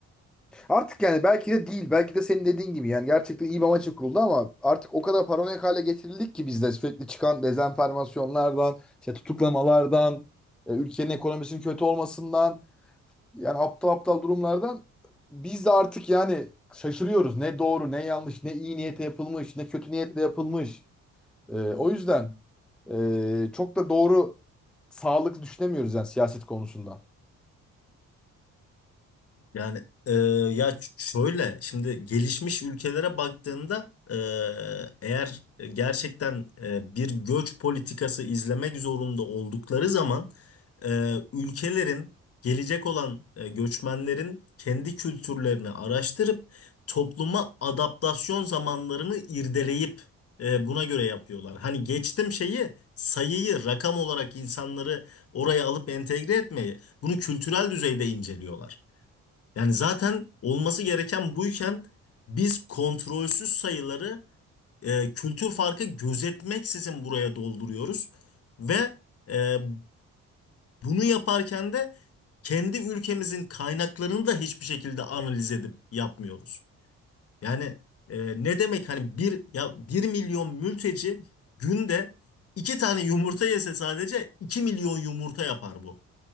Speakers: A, in the centre; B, on the left (about 50°).
A: Artık yani belki de değil. Belki de senin dediğin gibi yani gerçekten iyi bir amaç için kuruldu ama artık o kadar paranoyak hale getirildik ki bizde sürekli çıkan dezenformasyonlardan, işte tutuklamalardan, e, ülkenin ekonomisinin kötü olmasından yani aptal aptal durumlardan biz de artık yani şaşırıyoruz. Ne doğru, ne yanlış, ne iyi niyetle yapılmış, ne kötü niyetle yapılmış. Ee, o yüzden ee, çok da doğru sağlıklı düşünemiyoruz yani siyaset konusunda.
B: Yani e, ya ç- şöyle şimdi gelişmiş ülkelere baktığında e, eğer gerçekten e, bir göç politikası izlemek zorunda oldukları zaman e, ülkelerin gelecek olan e, göçmenlerin kendi kültürlerini araştırıp topluma adaptasyon zamanlarını irdeleyip e, buna göre yapıyorlar. Hani geçtim şeyi sayıyı rakam olarak insanları oraya alıp entegre etmeyi bunu kültürel düzeyde inceliyorlar. Yani zaten olması gereken buyken biz kontrolsüz sayıları e, kültür farkı gözetmeksizin buraya dolduruyoruz. Ve e, bunu yaparken de kendi ülkemizin kaynaklarını da hiçbir şekilde analiz edip yapmıyoruz. Yani e, ne demek hani bir ya bir milyon mülteci günde iki tane yumurta yese sadece 2 milyon yumurta yapar bu.